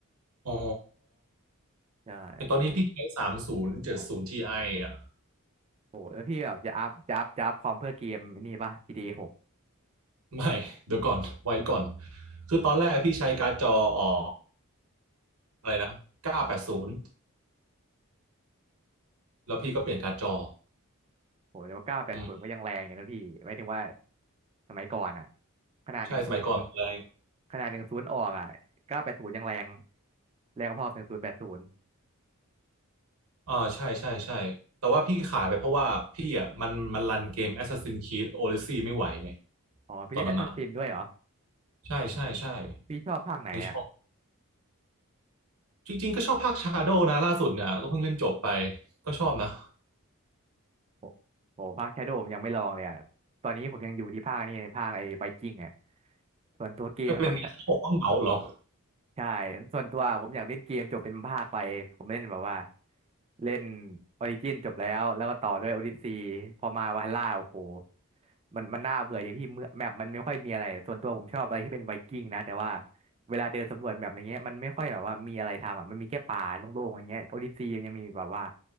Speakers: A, on the right; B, on the right.
A: อ๋อ
B: ใช่
A: แต่ตอนนี้พี่ใช้สามศูนย์เจ็ดศูนย์ทีไออ่ะ
B: โหแล้วพี่แบบจะอัพจะอัพจะอัพความเพื่อเกมนี่ป่ะ GTA หก
A: ไม่ เดี๋ยวก่อน ไว้ก่อน คือตอนแรกพี่ใช้การ์ดจออ่ออะไรนะเก้าแปดศูนย์แล้วพี่ก็เปลี่ยนการ์ดจอ
B: โหแล้วเก้าแปดศูนย์ก็ยังแรงอยู่นะพี่หมายถึงว่า
A: อืม
B: สมัยก่อนอ่ะขนาดหนึ่งศูนย์
A: ใช่ สมัยก่อนมันเลย
B: ขนาดหนึ่งศูนย์ออกอ่ะเก้าแปดศูนย์ยังแรงแรงพอหนึ่งศูนย์แปดศูนย์
A: อ่าใช่ใช่ใช่แต่ว่าพี่ขายไปเพราะว่าพี่อ่ะมันมันรันเกม Assassin's Creed Odyssey ไม่ไหวไง
B: อ๋อพี่เล่นแอสซัสซินด้วยเหรอ
A: ตอนนั้นอ่ะใช่ใช่ใช่
B: พี่ชอบภาคไหนอ่ะ
A: ในช่วงจริงๆก็ชอบภาค Shadow นะล่าสุดเนี่ยก็เพิ่งเล่นจบไปก็ชอบนะ
B: โอ้โหภาคชาโดผมยังไม่ลองเลยอ่ะ ตอนนี้ผมยังอยู่ที่ภาคนี่ไงภาคไอ้ไวกิ้งอ่ะส่วนตัวเกมโมันค่อนนข้าง
A: เออเป็นไงเขาบอกว่าเหงาเหรอ
B: ใช่ ส่วนตัวผมอยากเล่นเกมจบเป็นภาคไปผมเล่นแบบว่าเล่นออริจินจบแล้วแล้วก็ต่อด้วยโอดิซีพอมาวาล่าโอ้โหมันมันน่าเบื่ออย่างที่เมื่อแมปมันไม่ค่อยมีอะไรส่วนตัวผมชอบอะไรที่เป็นไวกิ้งนะแต่ว่า เวลาเดินสำรวจแบบอย่างเงี้ยมันไม่ค่อยแบบว่ามีอะไรทำอ่ะมันมีแค่ป่าโล่งๆอย่างเงี้ยโอดิซีมันยังมีแบบว่า